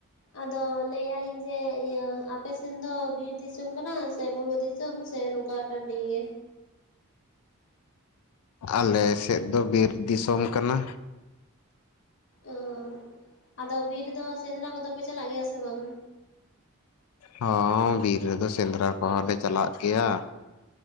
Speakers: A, on the left; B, on the left.
A: ᱟᱫᱚ ᱞᱟᱹᱭᱮᱫᱼᱟ ᱞᱤᱧ ᱡᱮ ᱤᱭᱟᱹ ᱟᱯᱮ ᱥᱮᱱ ᱫᱚ ᱵᱤᱨ ᱫᱤᱥᱚᱢ ᱠᱟᱱᱟ ᱥᱮ ᱵᱩᱨᱩ ᱫᱤᱥᱚᱢ ᱥᱮ? ᱠᱟᱴᱰᱤ ᱜᱮ
B: ᱟᱞᱮ ᱥᱮᱫ ᱫᱚ ᱵᱤᱨ ᱫᱤᱥᱚᱢ ᱠᱟᱱᱟ᱾
A: ᱚᱻ ᱟᱫᱚ ᱵᱤᱨ ᱫᱚ ᱥᱮᱸᱫᱽᱨᱟ ᱠᱚᱫᱚ ᱯᱮ ᱪᱟᱞᱟᱜ ᱜᱮᱭᱟ ᱥᱮ ᱵᱟᱝ?
B: ᱦᱚᱸ ᱵᱤᱨ ᱨᱮᱫᱚ ᱥᱮᱸᱫᱽᱨᱟ ᱠᱚᱦᱚᱸ ᱞᱮ ᱪᱟᱞᱟᱜ ᱜᱮᱭᱟ᱾